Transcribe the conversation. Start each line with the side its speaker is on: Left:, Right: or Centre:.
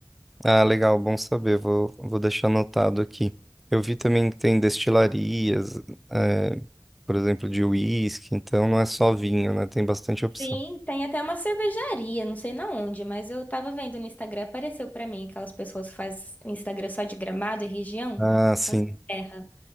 Centre: Ah, legal, bom saber. Vou, vou deixar anotado aqui. Eu vi também que tem destilarias, é, por exemplo, de uísque, então não é só vinho, né? Tem bastante opção.
Left: Sim, tem até uma cervejaria, não sei na onde, mas eu tava vendo no Instagram, apareceu pra mim aquelas pessoas que fazem o Instagram só de Gramado e região,
Centre: Ah, sim.
Left: só da terra.